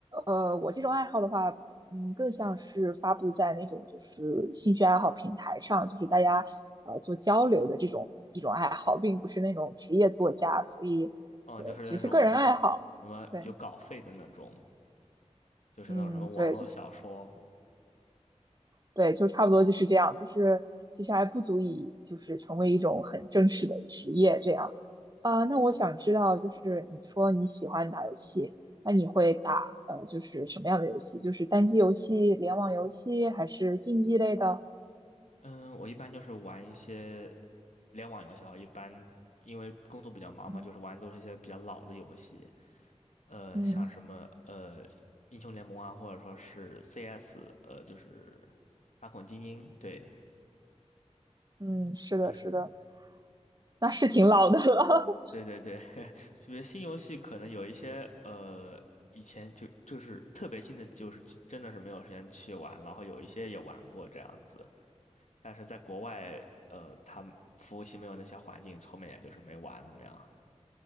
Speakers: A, on the right; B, on the left.
A: 呃，我这种爱好的话，嗯，更像是发布在那种就是兴趣爱好平台上，就是大家呃做交流的这种一种爱好，并不是那种职业作家，所以对，
B: 嗯，就是那种是
A: 只是个人爱好。
B: 什么有稿费的那种，
A: 对，
B: 就是那种什么网络小说。
A: 嗯，对，就是对，就差不多就是这样，就是其实还不足以就是成为一种很正式的职业这样。啊，那我想知道，就是你说你喜欢打游戏，那你会打呃，就是什么样的游戏？就是单机游戏、联网游戏，还是竞技类的？
B: 嗯，我一般就是玩一些联网游戏的话，一般因为工作比较忙嘛，
A: 嗯
B: 就是玩都是一些比较老的游戏。呃，
A: 嗯
B: 像什么呃英雄联盟啊，或者说是 CS，呃，就是反恐精英，对，
A: 嗯，是的，
B: 就是
A: 是的，那是挺老的了。<laughs>
B: 对对对，<laughs> 特别新游戏可能有一些呃以前就就是特别新的，就是真真的是没有时间去玩，然后有一些也玩过这样子，但是在国外呃，它服务器没有那些环境，后面也就是没玩了那样。